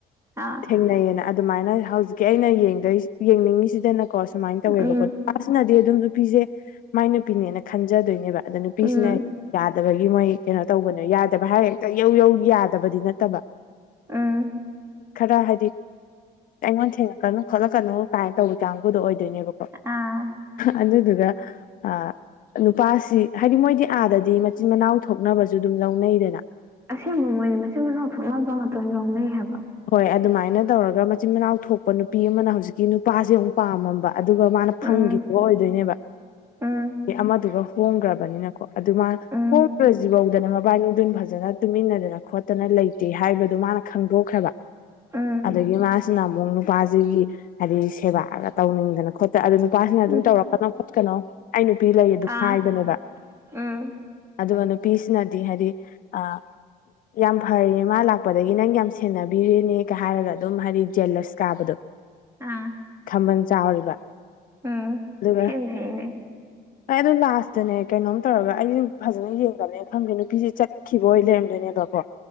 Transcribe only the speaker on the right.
ꯑꯥ
ꯎꯝ
ꯎꯝ
ꯎꯝ
ꯑꯥ
ꯑꯁꯦꯡꯕ ꯃꯣꯏꯗꯤ ꯃꯆꯤꯟ ꯃꯅꯥꯎ ꯊꯣꯛꯅꯥ ꯕ ꯉꯥꯛꯇꯥ ꯑꯣꯏ ꯂꯧꯅꯩ ꯍꯥꯏꯕ
ꯎꯝ
ꯎꯝ
ꯎꯝ
ꯎꯝ
ꯎꯝ
ꯑꯥ
ꯎꯝ
ꯑꯥ
ꯎꯝ
ꯈꯦꯠꯅꯩꯅꯦ